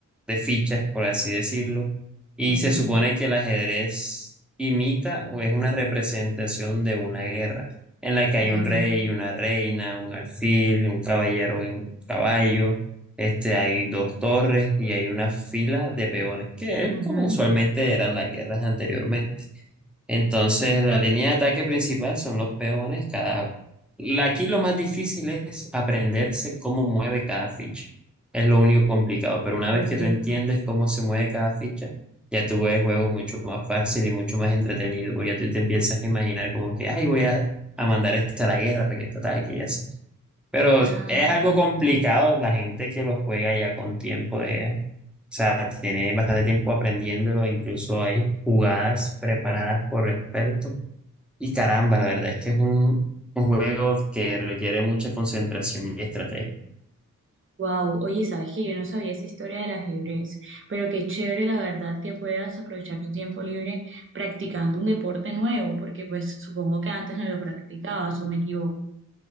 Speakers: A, in the centre; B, on the right.
A: de fichas, por así decirlo, y
B: Ujú,
A: se supone que el ajedrez imita o es una representación de una guerra, en la que hay
B: ujú,
A: un rey, una reina, un alfil, un caballero en caballo, este, hay dos torres y hay una fila de peones, que
B: ujú.
A: es como usualmente eran las guerras anteriormente. Entonces, la línea de ataque principal son los peones. Cada... la- Aquí lo más difícil es aprenderse cómo mueve cada ficha. Es lo único complicado, pero una
B: Ok.
A: vez que tú entiendes cómo se mueve cada ficha, ya tú ves el juego mucho más fácil y mucho más entretenido, porque ya tú te empiezas a imaginar como que, ay, voy a, a mandar esto a la guerra para que esto ataque y así. Pero
B: Ajá.
A: es algo complicado la gente que lo juega ya con tiempo de, o sea, tiene bastante tiempo aprendiéndolo, incluso hay jugadas preparadas por expertos. Y caramba, la verdad es que es un, un juego que requiere mucha concentración y estrategia.
B: Wow, oye, sabes que yo no sabía esa historia del ajedrez, pero qué chévere la verdad que puedas aprovechar tu tiempo libre practicando un deporte nuevo, porque pues supongo que antes no lo practicabas o me equivoco.